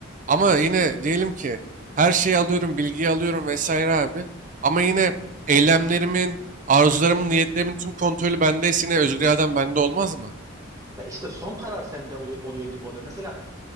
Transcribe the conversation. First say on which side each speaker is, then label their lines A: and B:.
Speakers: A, on the right; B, on the right.
A: Ama
B: E, nasıl
A: yine
B: diyeyim?
A: diyelim ki her şeyi alıyorum, bilgiyi alıyorum vesaire abi. Ama yine eylemlerimin, arzularımın, niyetlerimin tüm kontrolü bendeyse yine özgür iradem bende olmaz mı?
B: Ya işte son karar sende olu- oluyor gibi oluyor. Mesela